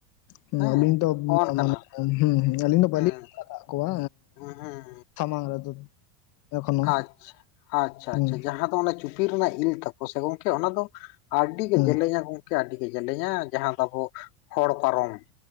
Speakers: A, on the left; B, on the left.
A: ᱦᱩ
B: ᱦᱮᱸ
A: ᱟᱹᱞᱤᱧ ᱛᱚ
B: ᱱᱚᱜᱼᱚ ᱱᱚᱝᱠᱟᱱᱟᱜ
A: ᱢᱟᱱᱮ ᱦᱩᱸ ᱦᱮᱸ ᱟᱹᱞᱤᱧ ᱫᱚ
B: ᱦᱮᱸ
A: ᱵᱟᱹᱞᱤᱧ ᱧᱮᱞ ᱟᱠᱟᱜ ᱠᱚᱣᱟ
B: ᱦᱮᱸ
A: ᱥᱟᱢᱟᱝ ᱨᱮᱫᱚ ᱮᱠᱷᱚᱱᱳ
B: ᱟᱪᱪᱷᱟ ᱟᱪᱪᱷᱟ
A: ᱦᱩᱸ
B: ᱟᱪᱪᱷᱟ ᱡᱟᱦᱟᱸ ᱚᱱᱟ ᱪᱩᱯᱤ ᱨᱮᱱᱟᱜ ᱤᱞ ᱛᱟᱠᱚ ᱥᱮ ᱜᱚᱝᱠᱮ ᱚᱱᱟ ᱫᱚ ᱟᱹᱰᱤ ᱜᱮ
A: ᱦᱩᱸ
B: ᱡᱮᱞᱮᱧᱟ ᱜᱚᱝᱠᱮ ᱟᱹᱰᱤ ᱜᱮ ᱡᱮᱞᱮᱧᱟ ᱡᱟᱦᱟᱸ ᱫᱚ ᱟᱵᱚ ᱦᱚᱲ ᱯᱟᱨᱚᱢ